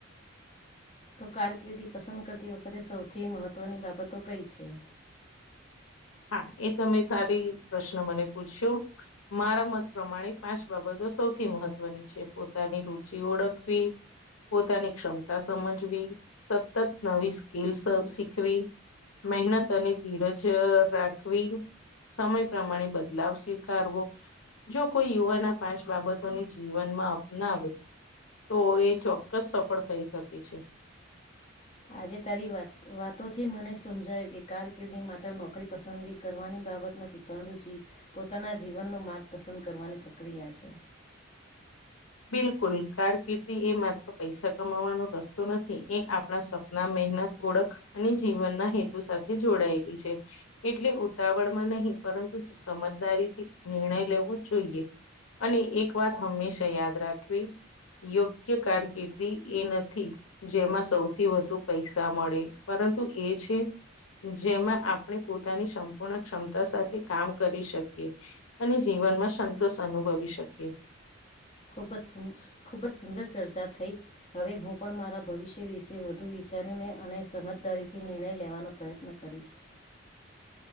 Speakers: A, on the left (about 30°); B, on the left (about 85°).
A: તો કારકિર્દી પસંદ કરતી વખતે સૌથી મહત્ત્વની બાબતો કઈ છે?
B: હા એ તમે સારી પ્રશ્ન મને પૂછ્યો. મારા મત પ્રમાણે પાંચ બાબતો સૌથી મહત્વની છે. પોતાની રુચિ ઓળખવી. પોતાની ક્ષમતા સમજવી. સતત નવી સ્કીલ શીખવી. મહેનત અને ધીરજ અ રાખવી. સમય પ્રમાણે બદલાવ સ્વીકારવો. જો કોઈ યુવાન આ પાંચ બાબતોની જીવનમાં અપનાવે તો એ ચોક્કસ સફળ થઈ શકે છે.
A: આજે તારી વાત વાતોથી મને સમજાયું કે કારકિર્દી માત્ર નોકરી પસંદગી કરવાની બાબત નથી પરંતુ જી પોતાના જીવનનો માર્ગ પસંદ કરવાની પ્રક્રિયા છે.
B: બિલકુલ કારકિર્દી એ માત્ર પૈસા કમાવાનો રસ્તો નથી એ આપણા સપ- ના મહેનત ઓળખ અને જીવનના હેતુ સાથે જોડાયેલી છે. એટલે ઉતાવળમાં નહીં પરંતુ સ સમજદારીથી નિર્ણય લેવો જોઈએ. અને એક વાત હંમેશા યાદ રાખવી યોગ્ય કારકિર્દી એ નથી. જેમાં સૌથી વધુ પૈસા મળે પરંતુ એ છે. જેમાં આપણે પોતાની સંપૂર્ણ ક્ષમતા સાથે કામ કરી શકીએ. અને જીવનમાં સંતોષ અનુભવી શકીએ.
A: ખૂબ જ સુંદર ખૂબ જ સુંદર ચર્ચા થઈ. હવે હું પણ મારા ભવિષ્ય વિશે વધુ વિચારીને અને સમજદારીથી નિર્ણય લેવાનો પ્રયત્ન કરીશ.